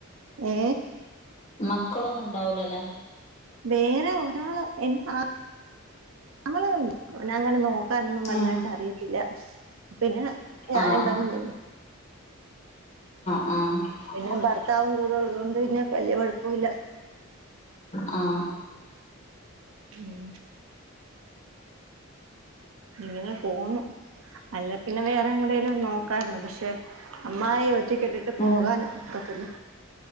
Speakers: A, on the right; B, on the left.
A: ഏഹ്
B: മക്കളൊന്നുംണ്ടാവൂലലേ
A: വേറെ ഒരാള് എൻ ഹാ അവള് അങ്ങനെ നോക്കാനൊന്നും വലുതായിട്ട്
B: ഉം
A: അറിയത്തില്ല പിന്നെ ഞാനിവടെങ്ങ്
B: ആഹ്
A: നിന്നു
B: ആ
A: പിന്നെ ഭർത്താവും കൂടെ ഉള്ളത് കൊണ്ട് പിന്നെ വല്യ കാെഴപ്പവില്ലാ
B: ആ
A: ഉം ഇങ്ങനെ പോന്നു അല്ല പിന്നെ വേറെ എങ്ങോട്ടേലും നോക്കാരുന്നു പക്ഷെ അമ്മായി ഒറ്റക്കിട്ടിട്ട് പോകാനും
B: ഉം
A: കൊഴപ്പല്ല